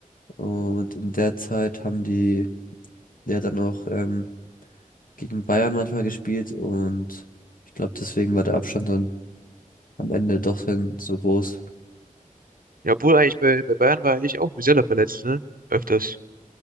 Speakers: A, on the left; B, on the right.
A: Und in der Zeit haben die ja dann auch ähm, gegen Bayern manchmal gespielt. Und ich glaube, deswegen war der Abstand dann am Ende doch dann so groß.
B: ja, obwohl eigentlich bei, bei Bayern war eigentlich auch Musiala verletzt, ne? Öfters.